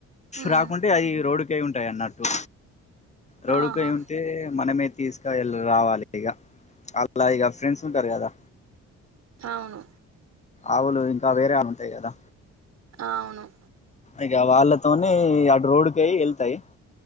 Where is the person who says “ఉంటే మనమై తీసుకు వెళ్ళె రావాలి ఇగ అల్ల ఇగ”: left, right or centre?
Left